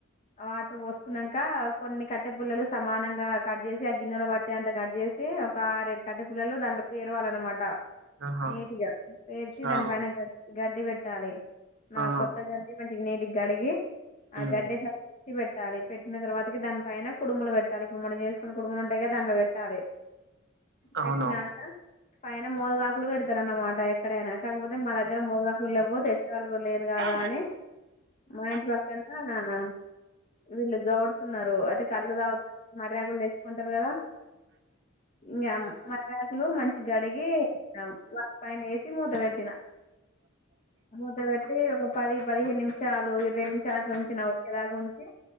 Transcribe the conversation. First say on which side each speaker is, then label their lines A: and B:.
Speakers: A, on the left (about 35°); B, on the right (about 60°).
A: వాటర్ పోసుకున్నాక కొన్ని కట్టె పుల్లలు సమానంగా కట్ చేసి ఆ గిన్నెలో పట్టే అంత కట్ చేసి ఒక ఆరు ఏడు కట్టే పుల్లలు దాంట్లో పేరువాలన్నమాట
B: ఆహా!
A: నీటిగా పేర్చి
B: ఆ!
A: దాని పైన గడ్ గడ్డి పెట్టి ట్టాాలే నా
B: ఆ!
A: నాకొక్క దానికి ఫ్రెండ్ ఇది నీటిగా కడిగి
B: హ్మ్.
A: ఆ గడ్డ పెట్టాలి పెట్టిన తర్వాతకి దానిపైన కుడుములు పెట్టాలి ఇప్పుడు మనం చేసుకున్న కుడుములు ఉంటాయిగా దాంట్లో పెట్టాలి
B: అవును.
A: పెట్టినాక పైన మూడు కాకులు పెడతారున్నమాట ఎక్కడైనా కాకపోతే మన ఇక ముందు లెవ్వు తెచ్చే వాళ్లు కూడా లేరు కదా
B: ఆ! ఆహా!
A: అని మా
B: హ్మ్.
A: ఇంటి పక్కన ఎమ్మెల్యే గౌడ్ న్నారు అయితే కల్లు తాగే మర్రి ఆకులు తెచ్చుకుంటారు కదా ఇంకా మర్రి ఆకులు మంచిగ గడిగి వాటి పైన వేసి మూత పెట్టినా మూత పెట్టి ఒక పది పదిహేను నిమిషాలు ఇరవై నిమిషాలు అట్లా ఉంచిన ఉడికేదాకా ఉంచి